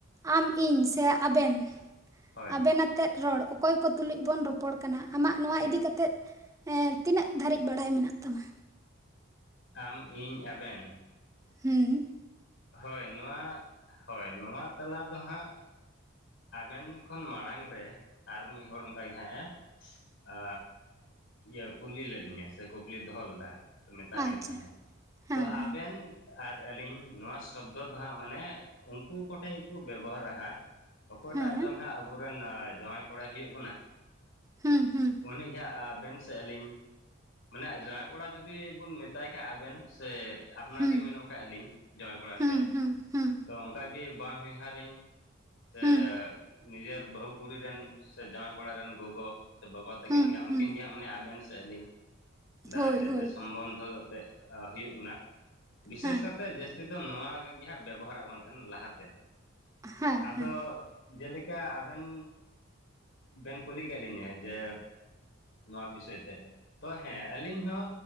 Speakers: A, on the right; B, on the left.
A: ᱟᱢ ᱤᱧ ᱥᱮ ᱟᱵᱮᱱ
B: ᱦᱳᱭ
A: ᱟᱵᱮᱱ ᱟᱛᱮᱫ ᱨᱚᱲ ᱚᱠᱚᱭ ᱠᱚ ᱛᱩᱞᱩᱡ ᱵᱚᱱ ᱨᱚᱯᱚᱲ ᱠᱟᱱᱟ ᱟᱢᱟᱜ ᱱᱚᱣᱟ
B: ᱴᱷᱤᱠ
A: ᱤᱫᱤ ᱠᱟᱛᱮᱫ ᱦᱮᱸᱛᱤᱱᱟᱹᱜ ᱫᱷᱟᱹᱨᱤᱡ ᱵᱟᱲᱟᱭ ᱢᱮᱱᱟᱜ ᱛᱟᱢᱟ?
B: ᱟᱢ ᱤᱧ ᱟᱵᱮᱱ
A: ᱦᱩᱸ
B: ᱦᱳᱭ ᱱᱚᱣᱟ ᱦᱳᱭ ᱱᱚᱣᱟ ᱛᱟᱞᱟ ᱫᱚ ᱦᱟᱸᱜ ᱟᱵᱮᱱ ᱠᱷᱚᱱ ᱢᱟᱲᱟᱝ ᱨᱮ ᱟᱨ ᱢᱤᱫ ᱦᱚᱲ ᱚᱱᱠᱟ ᱜᱮ ᱦᱟᱸᱜ ᱮ ᱟ ᱤᱭᱟᱹ ᱠᱩᱞᱤ ᱞᱮᱫ ᱞᱤᱧᱟᱹ ᱥᱮ ᱠᱩᱠᱞᱤ ᱫᱚᱦᱚ ᱞᱮᱫᱟ ᱢᱮᱛᱟᱜ
A: ᱟᱪᱪᱷᱟ
B: ᱞᱤᱧ ᱛᱟᱦᱮᱱᱟᱭ
A: ᱦᱮᱸ
B: ᱛᱚ
A: ᱦᱮᱸ
B: ᱟᱵᱮᱱ ᱟᱨ ᱟᱹᱞᱤᱧ ᱱᱚᱣᱟ ᱥᱚᱵᱫᱚ ᱫᱚ ᱦᱟᱸᱜ ᱢᱟᱱᱮ ᱩᱱᱠᱩ ᱠᱚᱴᱷᱮᱱ ᱜᱮᱠᱩ ᱵᱮᱵᱚᱦᱟᱨᱟ ᱦᱟᱸᱜ ᱚᱠᱚᱭᱴᱟᱜ
A: ᱦᱮᱸ
B: ᱪᱚᱝ ᱦᱟᱸᱜ ᱟᱵᱚᱨᱮᱱ ᱡᱟᱶᱟᱭ ᱠᱚᱲᱟᱭ ᱦᱩᱭᱩᱜ ᱠᱟᱱᱟ
A: ᱦᱩᱸ ᱦᱩᱸ
B: ᱩᱱᱤᱜᱮ ᱦᱟᱸᱜ ᱟᱵᱮᱱ ᱥᱮ ᱟᱹᱞᱤᱧ ᱢᱟᱱᱮ ᱟᱡᱟᱶᱟᱭ ᱠᱚᱲᱟ ᱡᱩᱫᱤ ᱵᱩᱱ ᱢᱮᱛᱟᱭ ᱠᱷᱟᱡ ᱟᱵᱮᱱ ᱥᱮ ᱟᱯᱱᱟᱨ
A: ᱦᱩᱸ
B: ᱜᱮ ᱢᱮᱱᱚᱠ-ᱟᱞᱤᱧ ᱡᱟᱶᱟᱭ ᱠᱚᱲᱟ
A: ᱦᱩᱸ
B: ᱴᱷᱮᱡ
A: ᱦᱩᱸ ᱦᱩᱸ
B: ᱛᱚ ᱚᱱᱠᱟᱜᱤ ᱵᱟ ᱩᱭᱦᱟᱸᱨᱤᱧ ᱥᱮ
A: ᱦᱩᱸ
B: ᱱᱤᱡᱮᱨ ᱵᱟᱹᱦᱩ ᱠᱩᱲᱤ ᱨᱮᱱ ᱥᱮ ᱡᱟᱶᱟᱭ ᱠᱚᱲᱟ ᱨᱮᱱ ᱜᱚᱜᱚ ᱥᱮ ᱵᱟᱵᱟ ᱛᱟᱹᱠᱤᱱ
A: ᱦᱩᱸ
B: ᱜᱤ ᱦᱟᱸᱜ
A: ᱦᱩᱸ
B: ᱩᱱᱠᱤᱱ ᱜᱤ ᱦᱟᱸᱜ ᱢᱟᱱᱮ ᱟᱵᱮᱱ ᱥᱮ ᱟᱹᱞᱤᱧ ᱫᱟᱭᱟᱠᱮ
A: ᱦᱳᱭ ᱦᱳᱭ
B: ᱛᱮ ᱥᱚᱢᱵᱚᱱᱫᱷᱚ ᱛᱮ ᱦᱩᱭᱩᱜ ᱵᱚᱱᱟ ᱵᱤᱥᱮᱥ
A: ᱦᱮᱸ
B: ᱠᱟᱛᱮ ᱡᱟᱹᱥᱛᱤ ᱛᱤᱫᱚ ᱱᱚᱣᱟ ᱜᱤ ᱦᱟᱸᱜ ᱵᱮᱵᱚᱦᱟᱨᱚᱜ ᱠᱟᱱ ᱛᱟᱦᱮᱱᱟ ᱞᱟᱦᱟᱛᱮ
A: ᱦᱮᱸ
B: ᱟᱫᱚ
A: ᱦᱮᱸ
B: ᱡᱮᱞᱮᱠᱟ ᱟᱵᱮᱱ ᱵᱮᱱ ᱠᱩᱞᱤ ᱠᱮᱫ ᱞᱤᱧᱟᱹ ᱡᱮ ᱱᱚᱣᱟ ᱵᱤᱥᱚᱭ ᱛᱮ, ᱛᱚ ᱦᱮᱸ ᱟᱹᱞᱤᱧ ᱦᱚᱸ